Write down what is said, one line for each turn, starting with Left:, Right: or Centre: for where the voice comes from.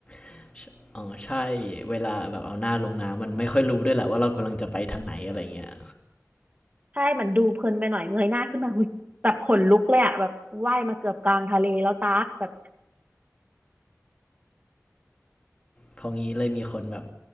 Left: <laughs> อ๋อใช่เวลาแบบเอาหน้าลงน้ำมันไม่ค่อยรู้ด้วยแหละว่าเรากำลังจะไปทางไหนอะไรเงี้ย
Right: ใช่มันดูเพลินไปหน่อยเงยหน้าขึ้นมาหุยแบบขนลุกเลยอะแบบว่ายมาเกือบกลางทะเลแล้วตักแบบ
Left: เพองี้เลยมีคนแบบ